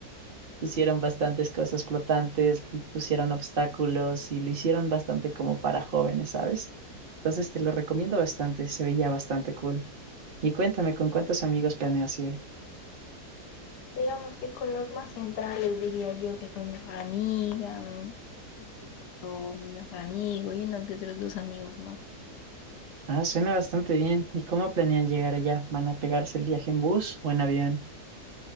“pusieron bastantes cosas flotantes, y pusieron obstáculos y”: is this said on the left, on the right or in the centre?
Right